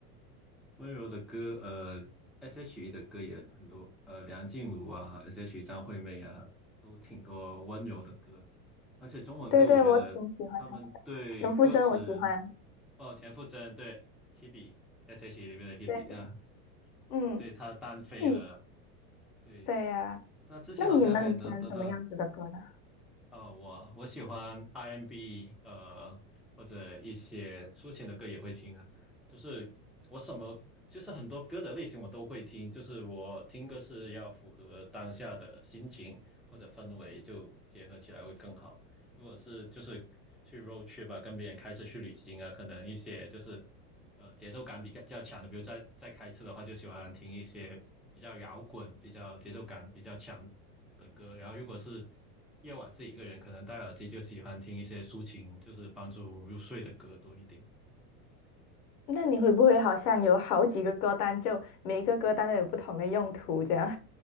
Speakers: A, in the centre; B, on the left.
A: 温柔的歌，呃，S.H.E 的歌也很多，呃，梁静茹啊，S.H.E 张惠妹啊，都挺多温柔的歌。而且中文歌，
B: 对对，
A: 我觉得他们对歌词，
B: 我挺喜欢她的，田馥甄我喜欢。
A: 哦，田馥甄对 Hebe，S.H.E 里面的 Hebe，
B: 对，
A: 呃，
B: 嗯，
A: 对她单飞了，
B: 那你
A: 对，
B: 对呀、
A: 她之前好像还得得到
B: 那你呢？你喜欢什么样子的歌呢？
A: 呃，我我喜欢 R&B，呃，或者一些抒情的歌也会听啊。就是我什么，就是很多歌的类型我都会听。就是我听歌是要符合当下的心情或者氛围，就结合起来会更好。如果是就是去 road trip 啊，跟别人开车去旅行啊，可能一些就是呃节奏感比较较强的，比如在在开车的话，就喜欢听一些比较摇滚、比较节奏感比较强的歌，然后如果是夜晚自己一个人，可能戴耳机就喜欢听一些抒情，就是帮助入睡的歌多一点。
B: 那你会不会好像有好几个歌单，就每一个歌单都有不同的用途这样？